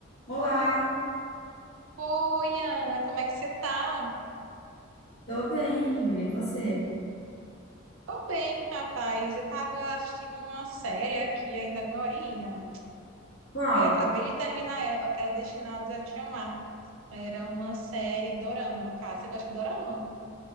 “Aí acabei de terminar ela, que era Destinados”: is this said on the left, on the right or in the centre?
Right